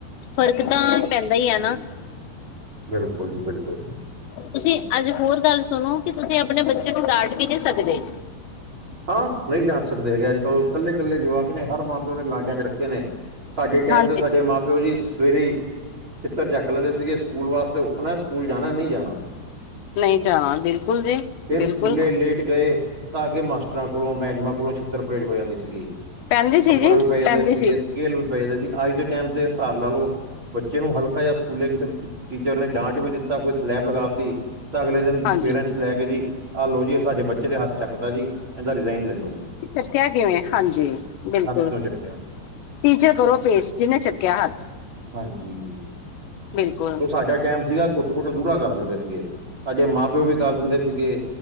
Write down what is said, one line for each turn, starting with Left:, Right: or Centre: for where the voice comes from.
Left: ਫ਼ਰਕ ਤਾਂ ਪੈਂਦਾ ਈ ਐ ਨਾ।
Right: ਬਿਲਕੁਲ ਜੀ ਬਿਲਕੁਲ
Left: ਤੁਸੀਂ ਅੱਜ ਹੋਰ ਗੱਲ ਸੁਣੋ ਕਿ ਤੁਸੀਂ ਆਪਣੇ ਬੱਚੇ ਨੂੰ ਡਾਂਟ ਵੀ ਨੀ ਸਕਦੇ।
Right: ਹਾਂ ਨਹੀਂ ਡਾਂਟ ਸਕਦੇ ਹੈਗੇ ਅੱਜ ਕੱਲ੍ਹ ਕੱਲੇ- ਕੱਲੇ ਜਵਾਕ ਨੇ ਹਰ ਮਾਂ ਪਿਓ ਨੇ ਲਾਡਾਂ ਚ ਰੱਖੇ ਨੇ। ਸਾਡੇ ਟੈਮ
Left: ਹਾਂਜੀ
Right: ਤੇ ਸਾਡੇ ਮਾਂ ਪਿਓ ਜੀ ਸਵੇਰੇ ਈ। ਛਿੱਤਰ ਚੱਕ ਲੈਂਦੇ ਸੀਗੇ ਸਕੂਲ ਵਾਸਤੇ ਉੱਠਣਾ ਸਕੂਲ ਜਾਣਾ ਨਹੀਂ ਜਾਣਾ।
Left: ਨਹੀਂ ਜਾਣਾ ਬਿਲਕੁਲ ਜੀ
Right: ਫਿਰ
Left: ਬਿਲਕੁਲ।
Right: ਸਕੂਲੇ ਲੇਟ ਗਏ ਤਾਂ ਕਿ ਮਾਸਟਰਾਂ ਕੋਲੋਂ ਮੈਡਮਾਂ ਕੋਲੋਂ ਛਿੱਤਰ ਪ੍ਰਰੇਟ ਹੋ ਜਾਂਦੀ ਸੀਗੀ‌।
Left: ਪੈਂਦੀ ਸੀ
Right: ਥੱਪੜ
Left: ਜੀ
Right: ਵੀ ਪੈ ਜਾਂਦੇ
Left: ਪੈਂਦੀ
Right: ਸੀਗੇ
Left: ਸੀ
Right: ਸਕੇਲ ਵੀ ਪਏ ਦੇ ਸੀ ਅੱਜ ਟੈਮ ਤੇ ਸਾਬ ਲਾ ਲਓ। ਬੱਚੇ ਨੂੰ ਹਲਕਾ ਜਾ ਸਕੂਲੇ ਕਿਸੇ ਟੀਚਰ ਨੇ ਡਾਂਟ ਵੀ ਦਿੱਤਾ ਕੋਈ ਸਲੈਪ ਲਗਾ ਦਿੱਤੀ। ਤਾਂ ਅਗਲੇ ਦਿਨ
Left: ਹਾਂਜੀ।
Right: ਪੇਰੈਂਟਸ ਲੈ ਕੇ ਜੀ ਆਹ ਲੋ ਜੀ ਇਹ ਸਾਡੇ ਬੱਚੇ ਤੇ ਹੱਥ ਚੱਕਦਾ ਜੀ। ਇਹਦਾ ਰਿਜ਼ਾਇਨ ਲੈ ਲੋ
Left: ਚੱਕਿਆ ਕਿਵੇਂ ਹਾਂਜੀ ਬਿਲਕੁਲ।
Right: ਹੱਥ ਕਿਉਂ ਚੱਕਿਆ
Left: ਟੀਚਰ ਕਰੋ ਪੇਸ਼ ਜਿਨੇ ਚੱਕਿਆ ਹੱਥ।
Right: ਹਾਂਜੀ
Left: ਬਿਲਕੁਲ
Right: ਉਹ ਸਾਡਾ ਟੈਮ ਸੀਗਾ ਕੋ। ਕੁੱਟ- ਕੁੱਟ ਦੂਰਾ ਕਰ ਦਿੰਦੇ ਸੀਗੇ ਸਾਡੇ ਮਾਂ ਪਿਓ ਵੀ ਕਰ ਦਿੰਦੇ ਸੀਗੇ